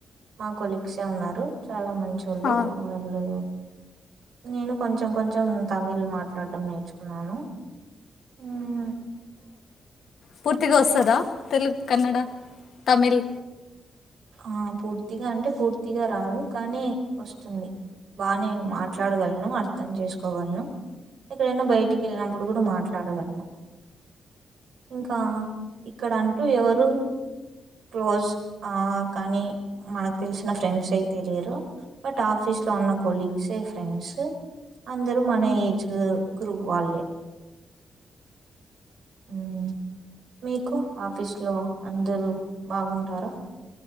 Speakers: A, on the right (about 75°); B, on the left (about 65°).
A: మా కొలీగ్సే ఉన్నారు. చాలా మంచొళ్ళు
B: ఆ,
A: వాళ్ళు నేను కొంచెం కొంచెం తమిళ్ మాట్లాడ్డం నేర్చుకున్నాను. ఉమ్
B: పూర్తిగొస్తదా
A: ఉ-
B: తెలుగ్ కన్నడ తమిళ్
A: ఆ పూర్తిగా అంటే పూర్తిగా రాదు కానీ ఒస్తుంది బానే మాట్లాడగల్ను అర్థం చేస్కోగల్ను ఎక్కడనా బైటికెళ్ళినప్పుడు కూడా మాట్లాడగల్ను ఇంకా ఇక్కడ అంటూ ఎవరు క్లోశ్ అ కానీ మనకు తెల్సిన ఫ్రెండ్స్ అయితే లేరు. బట్ ఆఫీస్ లో ఉన్న కొలీగ్సే ఫ్రెండ్సు అందరూ మన ఏజ్ గ్రూ గ్రూప్ వాళ్ళే ఉమ్ మీకు ఆఫీస్లో అందరూ బాగుంటారా